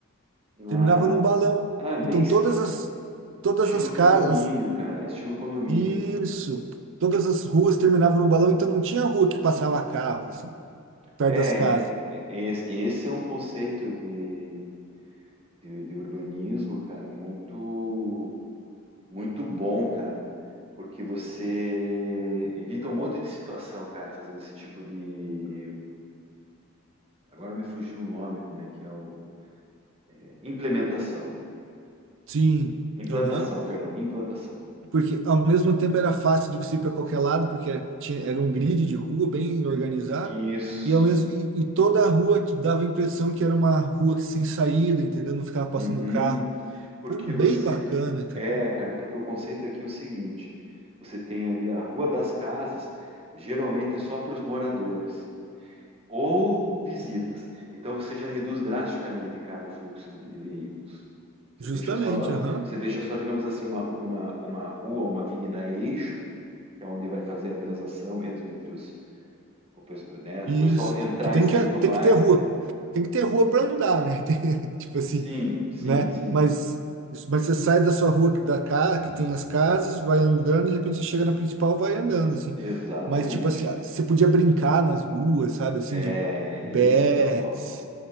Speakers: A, on the right (about 25°); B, on the right (about 60°).
A: Ah,
B: terminava num balão.
A: ah, é bem
B: Então
A: es-
B: todas as todas
A: estilo
B: as casas,
A: condomínio, cara. Estilo condomínio.
B: Isso. Todas as ruas terminavam no balão, então não tinha rua que passava carro, assim, perto
A: É,
B: das casas.
A: é, é- é esse esse é um conceito de, de, de urbanismo, cara, muito Muito bom, cara, porque você evita um monte de situação, cara, fazendo esse tipo de. Agora me fugiu o nome, como é que é o. é, Implementação.
B: Sim.
A: Implantação,
B: Aham.
A: perdão, implantação.
B: Porque ao mesmo tempo era fácil de você ir para qualquer lado, porque tinha, era um grid de rua bem organizado.
A: Isso.
B: E, ao mesmo, e, e toda a rua te dava a impressão que era uma rua que sem saída, entendeu? Não ficava passando
A: Uhum.
B: carro.
A: Porque
B: Pô, bem
A: você.
B: bacana, cara.
A: É, cara, porque o conceito aqui é o seguinte: você tem ali a Rua das Casas, geralmente é só para os moradores. ou visitas. Então você já reduz drasticamente, cara, o fluxo de, de veículos. Você
B: Justamente,
A: deixa só, na-
B: aham.
A: você deixa só, digamos assim, uma, ru- uma, uma rua, uma avenida eixo, que é onde vai fazer a transação mesmo entre os, o, pe- né? O
B: Isso,
A: pessoal entrar
B: que, que tem
A: e sair
B: que,
A: do
B: tem
A: bairro.
B: que ter rua. Tem que ter rua para andar, né? <laughs> Tem- tipo assim,
A: Sim, sim,
B: né?
A: sim,
B: Mas, mas você sai da sua rua que- da casa, que tem as casas, vai andando, de repente você chega na principal, vai andando, assim.
A: exatamente,
B: Mas, tipo assim,
A: cara.
B: ah, você podia brincar nas ruas, sabe? Assim,
A: É
B: de
A: isso
B: bets.
A: que é o top.